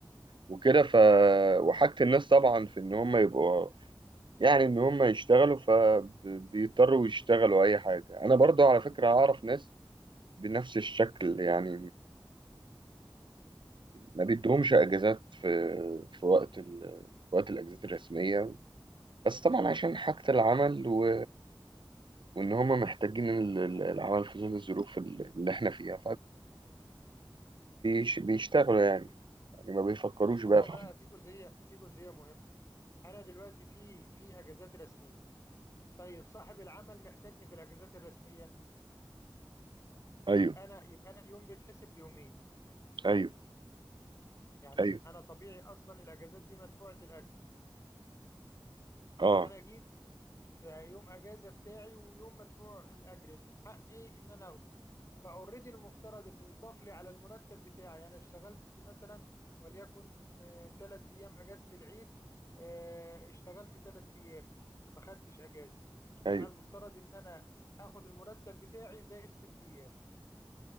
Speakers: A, on the right; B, on the left.
A: وكده ف وحاجة الناس طبعا في إن هم يبقوا يعني إن هم يشتغلوا فبيضطروا يشتغلوا أي حاجة. أنا برضو على فكرة أعرف ناس بنفس الشكل يعني ما بيدهمش اجازات في في وقت ال... وقت الاجازات الرسميه بس طبعا عشان حاجه العمل و... وان هم محتاجين ال- ال- العمل في ظل الظروف ال- اللي احنا فيها فبيشتغلوا يعني يعني ما بيفكروش
B: ما
A: بقى
B: هو
A: في
B: بقى في جزئية في جزئية مهمة انا دلوقتي في في اجازات رسمية طيب صاحب العمل محتاجني في الاجازات الرسمية
A: ايوه
B: يبقى انا يبقى انا اليوم بيتحسب بيومين
A: ايوه
B: يعني
A: ايوه
B: انا انا طبيعي اصلا الاجازات دي مدفوعه الاجر
A: اه
B: فانا جيت في يوم اجازه بتاعي ويوم مدفوع الاجر من حقي ان انا اخده فاوريدي المفترض انه يضاف لي على المرتب بتاعي انا اشتغلت مثلا وليكن ثلاث ايام اجازه العيد آه، اشتغلت ثلاث ايام ما خدتش اجازه يبقى
A: ايوه
B: المفترض ان انا اخد المرتب بتاعي زائد ست ايام